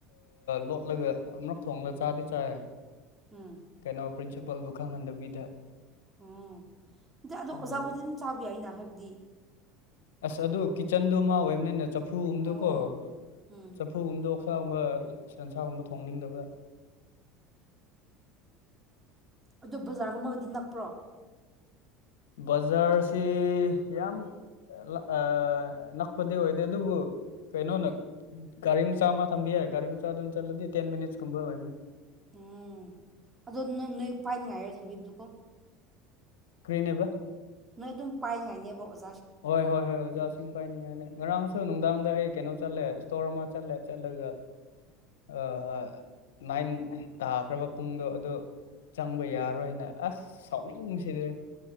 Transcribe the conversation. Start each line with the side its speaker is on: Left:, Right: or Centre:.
Left: ꯂꯣꯠꯂꯒ ꯑꯃꯨꯔꯛ ꯊꯣꯡꯂ ꯆꯥꯗꯤ ꯆꯥꯏ
Right: ꯎꯝ
Left: ꯀꯩꯅꯣ ꯄ꯭ꯔꯤꯟꯁꯤꯄꯜꯕꯨ ꯈꯪꯍꯟꯗꯕꯤꯗ
Right: ꯎꯝ ꯑꯗꯤ ꯑꯗꯣ ꯑꯣꯖꯥꯕꯨꯗꯤ
Left: ꯑꯗꯨ
Right: ꯑꯗꯨꯝ ꯆꯥꯕ ꯌꯥꯏꯅ ꯍꯥꯏꯕꯗꯤ
Left: ꯑꯁ ꯑꯗꯨ ꯀꯤꯠꯆꯟꯗꯨ ꯃꯥ ꯑꯣꯏꯕꯅꯤꯅ ꯆꯐꯨ ꯒꯨꯝꯗꯨꯀꯣ
Right: ꯑꯣ ꯎꯝ
Left: ꯆꯐꯨ ꯒꯨꯝꯗꯣ ꯁꯟꯁꯥꯒꯨꯝꯕ ꯁꯟꯁꯥꯒꯨꯝꯕ ꯊꯣꯡꯅꯤꯡꯗꯕ
Right: ꯑꯗꯨ ꯕꯖꯥꯔꯒꯨꯝꯕꯒꯗꯤ ꯅꯛꯄ꯭ꯔꯣ
Left: ꯕꯖꯥꯔꯁꯤ ꯌꯥꯝ ꯑ ꯅꯛꯄꯗꯤ ꯑꯣꯏꯗꯦ ꯑꯗꯨꯕꯨ ꯀꯩꯅꯣꯅ ꯒꯥꯔꯤ ꯃꯆꯥ ꯑꯃ ꯊꯝꯕꯤ ꯒꯥꯔꯤ ꯃꯆꯥ ꯑꯗꯨꯝ ꯆꯠꯂꯗꯤ ꯇꯦꯟ ꯃꯤꯅꯤꯠꯁ ꯀꯨꯝꯕ ꯑꯣꯏꯅꯤ
Right: ꯎꯝ ꯑꯗꯣ ꯅꯪ ꯅꯣꯏ ꯄꯥꯏꯅꯤꯡꯉꯥꯏꯔ ꯊꯝꯕꯤꯕꯗꯨꯀꯣ
Left: ꯀꯔꯤꯅꯦꯕ
Right: ꯅꯣꯏ ꯑꯗꯨꯝ ꯄꯥꯏꯉꯥꯏꯅꯦꯕ ꯑꯣꯖ
Left: ꯍꯣꯏ ꯍꯣꯏ ꯍꯣꯏ ꯑꯣꯖꯥꯁꯤꯡ ꯄꯥꯏꯅꯤꯡꯉꯥꯏꯅꯤ ꯉꯔꯥꯡꯁꯨ ꯅꯨꯡꯗꯥꯡꯗ ꯑꯩ ꯀꯩꯅꯣ ꯆꯠꯂꯦ ꯏꯁꯇꯣꯔ ꯃꯥ ꯆꯠꯂꯦ ꯆꯠꯂꯒ ꯑꯥ ꯅꯥꯏꯟ ꯇꯥꯈ꯭ꯔꯕ ꯄꯨꯡꯗꯣ ꯑꯗꯨ ꯆꯪꯕ ꯌꯥꯔꯣꯏꯅ ꯑꯁ ꯁꯥꯎꯅꯤꯡꯁꯤꯗꯤ